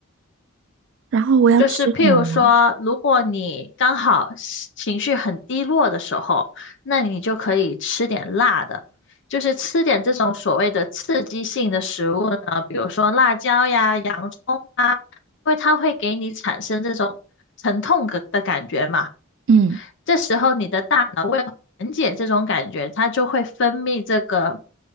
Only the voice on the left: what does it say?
就是譬如说，如果你刚好是情绪很低落的时候，那你就可以吃点辣的，就是吃点这种所谓的刺激性的食物呢，比如说辣椒呀、洋葱啊，因为它会给你产生这种疼痛的的感觉嘛。
这时候你的大脑为了缓解这种感觉，它就会分泌这个